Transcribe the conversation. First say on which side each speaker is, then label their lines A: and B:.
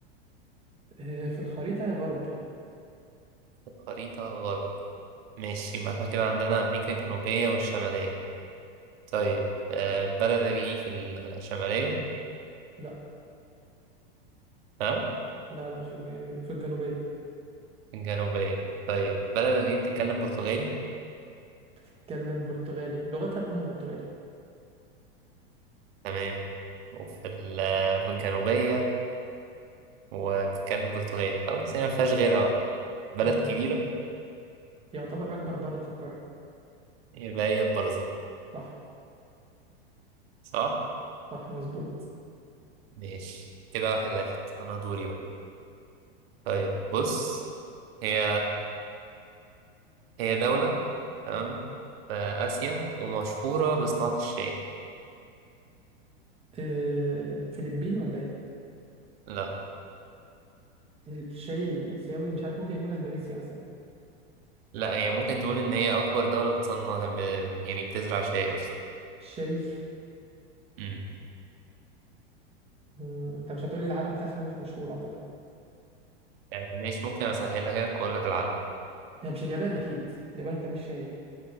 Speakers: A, on the right; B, on the right.
A: آه، في الخريطة يا غرب
B: في الخريطة غرب ماشي يبقى احنا كده عندنا أمريكا الجنوبية والشمالية طيب آه بلدك دي في الشمالية
A: لا
B: ها
A: لا لا مش في الجنوب في الجنوبية
B: الجنوبية طيب بلدك دي بتتكلم برتغالي
A: تتكلم برتغالي لغتها الأم برتغالي
B: تمام وفي ال- في الجنوبية وبتتكلم برتغالي خلاص هي مفيهاش غيرها بقى بلد
A: مم.
B: كبيرة
A: يعتبر أكبر بلد في القارة
B: يبقى هي البرازيل
A: صح
B: صح؟
A: صح مظبوط
B: ماشي كده واحد واحد أنا دوري بقى طيب بص هي هي دولة تمام في آسيا ومشهورة بصناعة الشاي
A: آه، فلبين ولا إيه
B: لا
A: الشاي الآسيوي مش عارف ممكن يكون أندونيسيا مثلا
B: لا هي ممكن تقول ان هي اكبر دولة بتصنع ب... يعني بتزرع شاي اصلا
A: شاي
B: امم
A: مم، انت مش هتقولي العالم بتاعتنا مش مشهور اعتقد
B: آه، مش ممكن اسهلها لك واقول لك العلم
A: هي مش اليابان اكيد اليابان بتعمل شاي